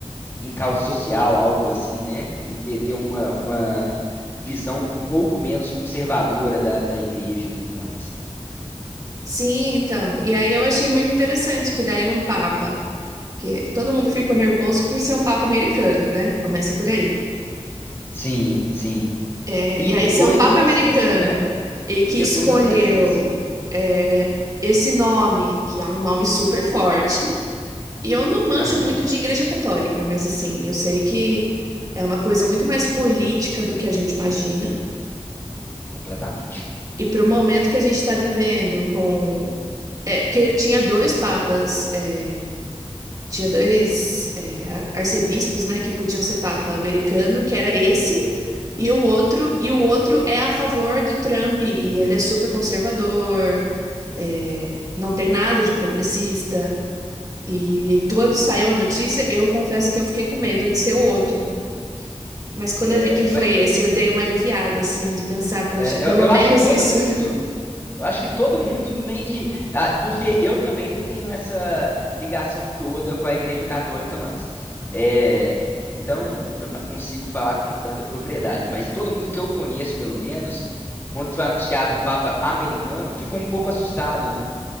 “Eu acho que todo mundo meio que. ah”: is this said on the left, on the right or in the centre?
Left